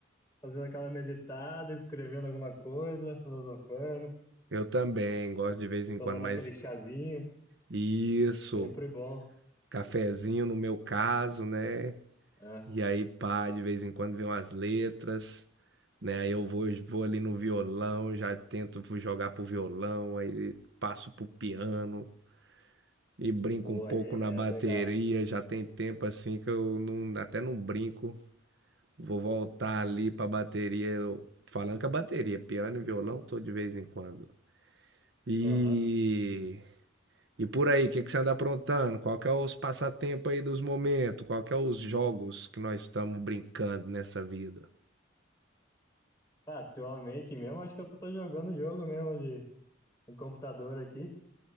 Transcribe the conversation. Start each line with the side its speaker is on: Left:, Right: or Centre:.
Left: fazendo aquela meditada, escrevendo alguma coisa, filosofando,
Right: eu também gosto de vez em
Left: tomando
Right: quando, mas.
Left: aquele chazinho.
Right: Isso,
Left: Sempre bom.
Right: cafezinho no meu caso, né?
Left: É,
Right: E aí, pá, de vez em quando vem umas letras, né? Aí eu vou, vou ali no violão, já tento jogar pro violão, aí passo pro piano e brinco
Left: boa
Right: um pouco
Left: aí, é
Right: na bateria.
Left: legal.
Right: Já tem tempo assim que eu não, até não brinco. Vou voltar ali pra bateria, eu- falando que a bateria, piano e violão, tô de vez em quando. E,
Left: Aham.
Right: e por aí, o que que você anda aprontando? Qual que é os passatempos aí dos momentos? Qual que é os jogos que nós estamos brincando nessa vida?
Left: Ah, Atualmente mesmo, acho que eu tô jogando jogo mesmo de no computador aqui,